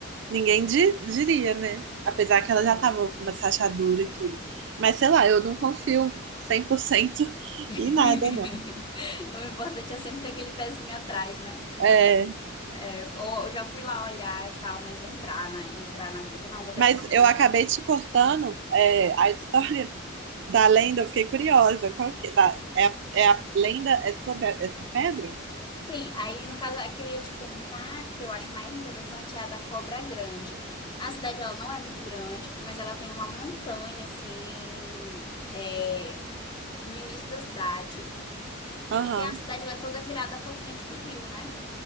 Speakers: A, on the right; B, on the left.
A: ninguém di- diria, né? Apesar que elas
B: É.
A: já estavam com uma rachadura e tudo. Mas, sei lá, eu não confio 100% <laughs>
B: <laughs>
A: em nada, não.
B: O importante é sempre ter aquele pezinho atrás, né?
A: É,
B: É, ou eu já fui lá olhar e tal, mas entrar, né? Entrar na grossa, não, vou até
A: mas
B: porque.
A: eu acabei te cortando, é, a história da lenda, eu fiquei curiosa. Qual que, da, é, a- é a lenda, é sobre a- essa pedra?
B: Sim, aí no caso a que eu ia te contar, que eu acho mais interessante, é a da Cobra Grande. A cidade ela não é muito grande, mas ela tem uma montanha assim. é, no início da cidade,
A: Aham.
B: e a cidade ela é toda virada para frente do rio, né?